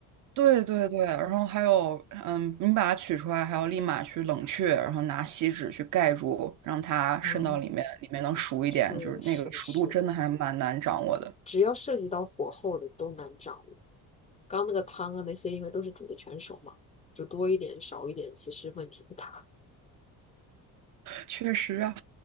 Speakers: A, on the right; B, on the left.
A: 对对对，然后还有，嗯，你把它取出来，还要立马去冷却，然后拿锡纸去盖住，让它渗到里面，
B: 嗯，
A: 里面能熟一点，
B: 是是是，
A: 就是那个熟度真的还蛮难掌握的。
B: 只要涉及到火候的都难掌握。刚刚那个汤啊那些，因为都是煮的全熟嘛，煮多一点少一点，其实问题不大。
A: 确实啊，